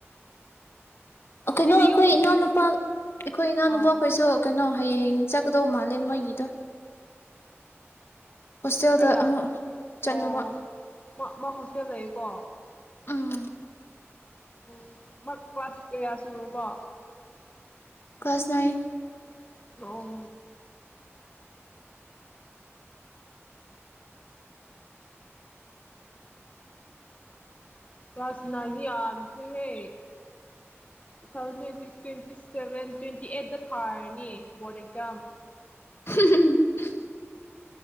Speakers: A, on the left (about 55°); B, on the left (about 30°).
A: ꯀꯩꯅꯣ
B: ꯅꯪꯗꯤ
A: ꯑꯩꯈꯣꯏ
B: ꯌꯨꯝ
A: ꯏꯅꯥꯎꯅꯨꯄꯥ ꯑꯩꯈꯣꯏ ꯏꯅꯥꯎꯅꯨꯄꯥꯈꯣꯏꯁꯨ
B: ꯑꯣ
A: ꯀꯩꯅꯣ ꯍꯌꯦꯡ ꯆꯠꯀꯗꯧ ꯃꯥꯜꯂꯦ ꯃꯣꯏꯒꯤꯗ ꯍꯣꯁꯇꯦꯜꯗ
B: ꯀꯥꯏꯗ
A: ꯑꯃꯨꯛ ꯆꯠꯅꯕ
B: ꯑꯣ ꯃꯥ ꯍꯣꯁꯇꯦꯜ ꯂꯩꯌꯀꯣ
A: ꯎꯝ
B: ꯎ ꯃ ꯀ꯭ꯂꯥꯁ ꯀꯌꯥ ꯁꯨꯔꯕꯣ
A: ꯀꯁꯅ
B: ꯑꯣꯝ ꯇꯁ ꯅ ꯑꯁꯨ ꯍꯦ two thousand twenty six twenty seven twenty ꯑꯩꯗꯠꯇ ꯊꯥꯔꯅꯤ ꯕꯣꯔꯠ ꯑꯦꯛꯖꯥꯝ
A: <inaudible>